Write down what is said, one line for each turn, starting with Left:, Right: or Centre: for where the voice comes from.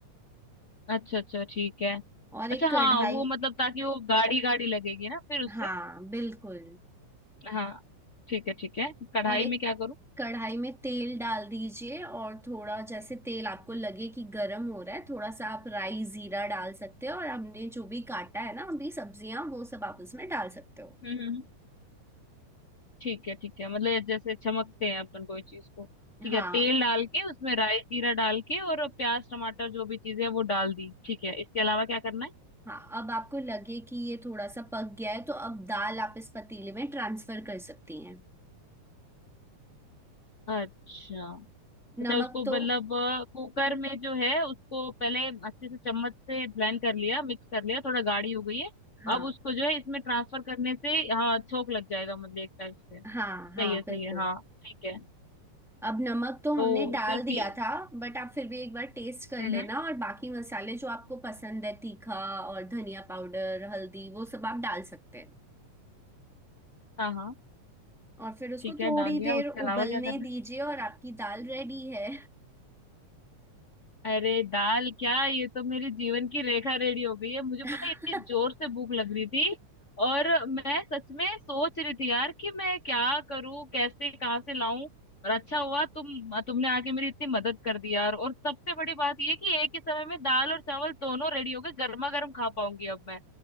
Left: अच्छा अच्छा ठीक है
Centre: और एक
Left: अच्छा
Centre: कढ़ाई
Left: हाँ वो मतलब ताकि वो गाढ़ी गाढ़ी लगेगी ना फिर उससे
Centre: हाँ बिल्कुल
Left: हाँ ठीक है ठीक है कढ़ाई
Centre: और एक
Left: में क्या करूँ
Centre: कढ़ाई में तेल डाल दीजिए और थोड़ा जैसे तेल आपको लगे कि गर्म हो रहा है थोड़ा सा आप राई जीरा डाल सकते हो और हमने जो भी काटा है ना अभी सब्जियां वो सब आप उसमें डाल सकते हो
Left: हम्म हम्म, ठीक है ठीक है मतलब जैसे चमकते हैं अपन कोई चीज को ठीक
Centre: हाँ
Left: है तेल डाल के उसमें राई जीरा डाल के और प्याज टमाटर जो भी चीजें हैं वो डाल दी ठीक है इसके अलावा क्या करना है
Centre: हाँ अब आपको लगे कि ये थोड़ा सा पक गया है तो अब दाल आप इस पतीले में ट्रांसफर कर सकती हैं
Left: अच्छा अच्छा
Centre: नमक
Left: उसको
Centre: तो
Left: मतलब अ, कुकर में जो है उसको पहले अच्छे से चम्मच से ब्लेंड कर लिया मिक्स कर लिया थोड़ा गाढ़ी हो गई है
Centre: हाँ
Left: अब उसको जो है इसमें ट्रांसफर करने से हाँ छोक लग जाएगा मतलब एक टाइप से सही
Centre: हाँ हाँ
Left: है सही
Centre: बिल्कुल
Left: है हाँ ठीक है
Centre: अब नमक तो हमने
Left: तो
Centre: डाल
Left: सिर्फ
Centre: दिया
Left: ये
Centre: था बट आप फिर भी एक बार टेस्ट कर
Left: हम्म,
Centre: लेना
Left: हम्म।
Centre: और बाकी मसाले जो आपको पसंद है तीखा और धनिया पाउडर हल्दी वो सब आप डाल सकते हैं
Left: हाँ हाँ
Centre: और फिर उसको
Left: ठीक है
Centre: थोड़ी
Left: डाल दिया
Centre: देर
Left: उसके
Centre: उबलने
Left: अलावा क्या करना
Centre: दीजिए
Left: है
Centre: और आपकी दाल रेडी है
Left: अरे दाल क्या ये तो मेरी जीवन की रेखा रेडी हो गई है मुझे
Centre: <laughs>
Left: पता है इतनी जोर से भूख लग रही थी और मैं सच में सोच रही थी यार कि मैं क्या करूं कैसे कहाँ से लाऊं और अच्छा हुआ तुम तुमने आके मेरी इतनी मदद कर दी यार और सबसे बड़ी बात ये कि एक ही समय में दाल और चावल दोनों रेडी हो गए गर्मा गर्म खा पाऊंगी अब मैं